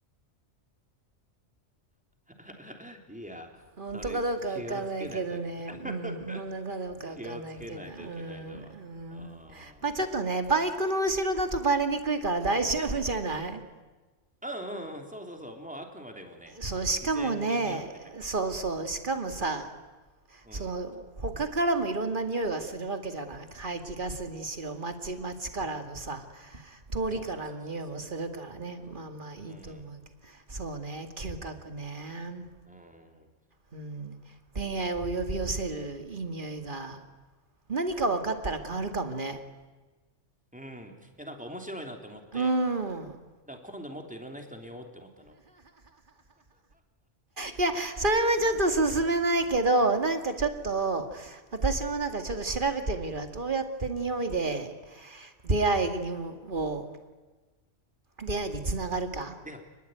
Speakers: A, in the centre; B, on the right.
A: <laughs> いや、
B: 本当かどうかわかんないけどね。
A: それ気をつけないといけない。<laughs>
B: うん、本当かどうかわかんないけど。
A: 気をつけないといけないだわ。
B: うん、うん。
A: あー
B: まあちょっとね、バイクの後ろだとバレにくいから大丈夫じゃない
A: うんうんうん、そうそうそう。もうあくまでもね、
B: そう、
A: その自然に匂ってたからさ。
B: しかもね、そうそう、しかもさ、
A: うん。
B: その、他からもいろんな匂いがするわけじゃない排気ガスにしろ、街、街からのさ、通りからの匂いもするからね。
A: そうそうそうそうそう。うん。
B: まあまあいいと思うけど。
A: うん。
B: そうね、嗅覚ね。
A: うん。
B: うん、恋愛を呼び寄せるいい匂いが何か分かったら変わるかもね。
A: うん。いや、なんか面白いなって思って。
B: うん。
A: だから今度もっといろんな人に会おうって思ったの。
B: いや、それはちょっと進めないけど、なんかちょっと、私もなんかちょっと調べてみるわ。どうやって匂いで出会いにも、出会いにつながるか
A: でも、